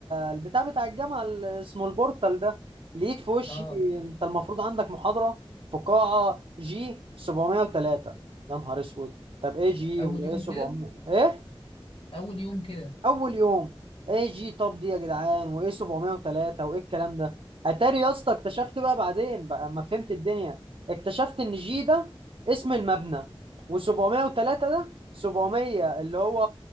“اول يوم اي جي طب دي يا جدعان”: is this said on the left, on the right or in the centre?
Right